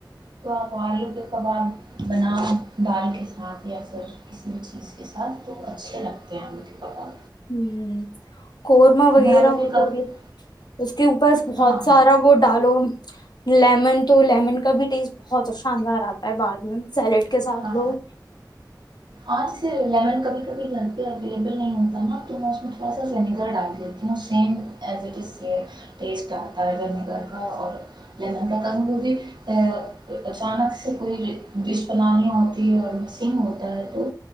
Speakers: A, on the right; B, on the left.
A: تو آپ آلو کے کباب بناؤ دال کے ساتھ یا پھر کسی بھی چیز کے ساتھ تو اچھے لگتے ہیں آلو کے کباب
B: ہوں قورمہ وغیرہ
A: میں آلو کے
B: ہوت
A: کب
B: گ اس کے اوپر بہت
A: ہاں
B: سارا وہ ڈالو لیمن تو لیمن کا بھی ٹیسٹ بہت شاندار آتا ہے بعد میں سیلیڈ کے ساتھ
A: ہاں
B: لو
A: ال لیمن کبھی کبھی گھر پہ اویلیبل نہیں ہوتا نا تو میں اس میں تھوڑا سا ونیگر ڈال دیتی ہوں اور سیم ایز ا سے ٹیسٹ آتا ہے ونییگر کا اور لیمن کا کبھی وہ بھی اچانک سے کوئی ڈش فلانی ہوتی ہے اور مسنگ ہوتا ہے تو